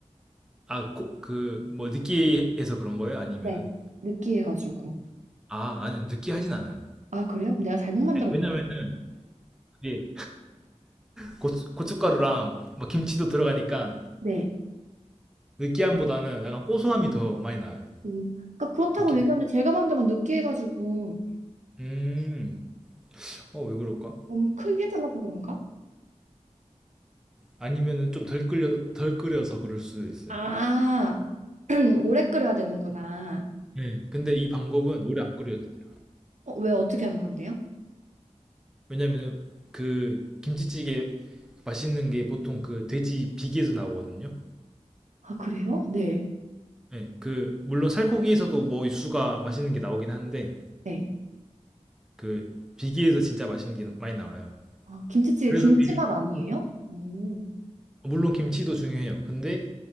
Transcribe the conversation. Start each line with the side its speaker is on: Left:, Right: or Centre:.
Centre: 아, 코- 그, 뭐, 느끼해서 그런 거예요? 아니면은?
Right: 네. 느끼해가지고.
Centre: 아, 아니요. 느끼하진 않아요.
Right: 아, 그래요? 그럼 내가 잘못 만들었나
Centre: 왜냐면은,
Right: 봐.
Centre: 그게 고추, 고춧가루랑 막 김치도 들어가니까
Right: 네.
Centre: 느끼함보다는 약간 고소함이 더 많이 나요.
Right: 음. 그러니까 그렇다고
Centre: 그 기름.
Right: 얘기하는데 제가 만들면 느끼해가지고
Centre: 음, 어, 왜 그럴까?
Right: 너무 크게 달라고 그런가?
Centre: 아니면은 좀 덜 끓여, 덜 끓여서 그럴 수도 있어요.
Right: 아, <clears throat> 오래 끓여야 되는구나.
Centre: 네, 근데 이 방법은 오래 안 끓여도 돼요.
Right: 어, 왜 어떻게 하는 건데요?
Centre: 왜냐면 그 김치찌개 맛있는 게 보통 그 돼지 비계에서 나오거든요.
Right: 아, 그래요? 네.
Centre: 네, 그 물론 살코기에서도 뭐 육수가 맛있는 게 나오긴 한데
Right: 네.
Centre: 그 비계에서 진짜 맛있는 게 많이 나와요.
Right: 아, 김치찌개
Centre: 그래서
Right: 김치맛
Centre: 비-
Right: 아니에요? 오,
Centre: 물론 김치도 중요해요. 근데